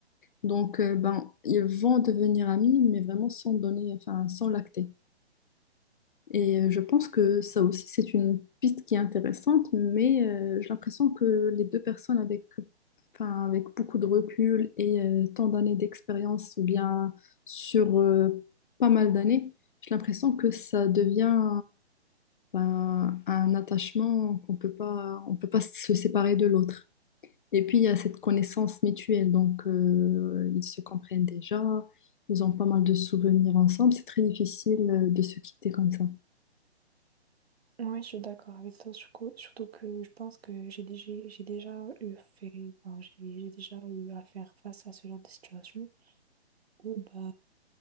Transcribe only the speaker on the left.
Donc, euh, ben, ils vont devenir amis, mais vraiment sans donner, enfin, sans lacter. Et euh, je pense que ça aussi, c'est une piste qui est intéressante, mais euh, j'ai l'impression que les deux personnes avec, enfin, avec beaucoup de recul et euh, tant d'années d'expérience, ou bien sur euh, pas mal d'années, j'ai l'impression que ça devient ben, un attachement qu'on peut pas, on peut pas se séparer de l'autre. Et puis, il y a cette connaissance mutuelle. Donc, euh, ils se comprennent déjà. Ils ont pas mal de souvenirs ensemble. C'est très difficile euh, de se quitter comme ça.